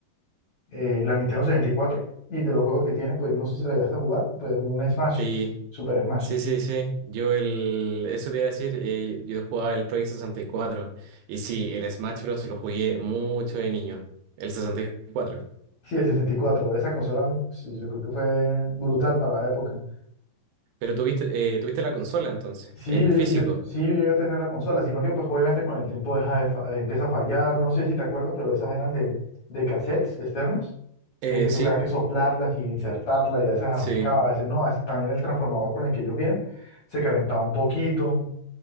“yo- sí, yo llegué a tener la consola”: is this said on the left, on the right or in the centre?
Left